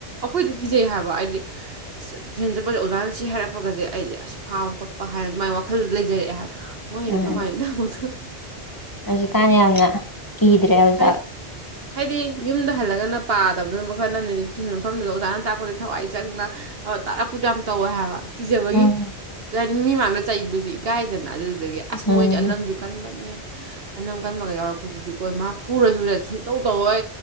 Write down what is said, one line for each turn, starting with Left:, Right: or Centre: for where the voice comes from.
Right: ꯑꯩꯈꯣꯏꯗꯤ ꯀꯤꯖꯩ ꯍꯥꯏꯕ ꯍꯥꯏꯗꯤ ꯇꯨꯏꯁꯤꯟ ꯆꯠꯄꯗ ꯑꯣꯖꯥꯅꯁꯤ ꯍꯥꯏꯔꯛ ꯈꯣꯠꯄꯒꯁꯦ ꯑꯩꯗꯤ ꯑꯁ ꯐꯥꯕ ꯈꯣꯠꯄ ꯍꯥꯏꯅ ꯑꯗꯨꯃꯥꯏꯅ ꯋꯥꯈꯜ ꯂꯩꯖꯔꯛꯑꯦ ꯍꯥꯏꯕ ꯃꯣꯏꯅ
Left: ꯎꯝ
Right: ꯀꯃꯥꯏꯅ ꯇꯧꯕꯗꯣ
Left: ꯍꯧꯖꯤꯛꯀꯥꯟꯅ ꯌꯥꯝꯅ ꯀꯤꯗ꯭ꯔꯦ ꯑꯣꯖꯥ
Right: ꯍꯥꯏꯗꯤ ꯍꯥꯏꯗꯤ ꯌꯨꯝꯗ ꯍꯜꯂꯒꯅ ꯄꯥꯗꯕꯗꯨꯅ ꯃꯈꯜ ꯑꯃꯅꯦ ꯇꯨꯁꯟ ꯃꯐꯝꯗꯨꯗ ꯑꯣꯖꯥꯅ ꯇꯥꯛꯄꯗꯗꯤ ꯊꯋꯥꯏ ꯆꯪꯅ ꯇꯥꯔꯛꯄꯗꯣ ꯌꯥꯝ ꯇꯧꯋꯦ ꯍꯥꯏꯕ ꯀꯤꯖꯕꯒꯤ
Left: ꯎꯝ
Right: ꯃꯤ ꯃꯥꯡꯗ ꯆꯩꯕꯁꯤ ꯏꯀꯥꯏꯗꯅ ꯑꯗꯨ ꯑꯗꯒꯤ ꯑꯁ
Left: ꯎꯝ
Right: ꯃꯣꯏꯗꯤ ꯑꯅꯝꯁꯨ ꯀꯟꯕꯅꯦ ꯑꯅꯝ ꯀꯟꯕꯒ ꯌꯥꯎꯔꯛꯄꯁꯤꯗꯤꯀꯣ ꯏꯃꯥ ꯐꯨꯔꯁꯨ ꯁꯨꯡ ꯁꯨꯡ ꯇꯧ ꯇꯧꯑꯣ